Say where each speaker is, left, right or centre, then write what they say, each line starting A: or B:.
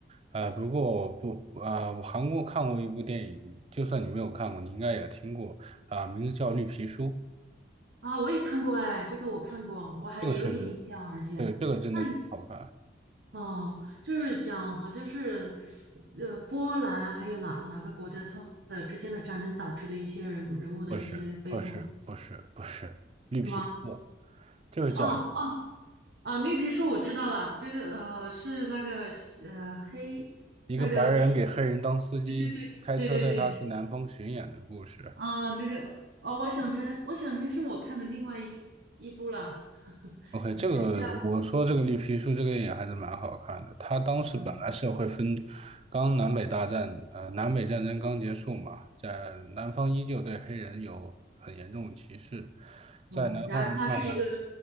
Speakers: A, on the right; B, on the right.
A: 呃，不过我不，啊，我韩国看过一部电影，就算你没有看过，你应该也听过啊、名字叫《绿皮书》。
B: 啊！我也看过哎，这个我看过，我还有一点印象，
A: 这个确实，
B: 而且那也
A: 这个这个真的好看。
B: 哦，就是讲好像是呃波兰还有哪哪个国家他们的之间的战争导致的一些人物人物的一些悲惨。
A: 不是，不是，不是，不是《绿皮书》啊，
B: 是吗？
A: 就是讲
B: 哦哦哦，绿皮书我知道了，这个呃是那个呃黑那个皮，
A: 一个白人给黑人当司机，
B: 对对对对对对对
A: 开车带他去南方巡演的故事。
B: 啊，这个哦，我想成，我想成是我看的另外一部一部了，
A: OK，
B: 也是叫
A: 这个我说这个绿皮书这个电影还是蛮好看的。他当时本来是会分，
B: 嗯
A: 刚南北大战，呃，南北战争刚结束嘛，在南方依旧对黑人有很严重的歧视，在南方人看来，
B: 哦，然而他是一个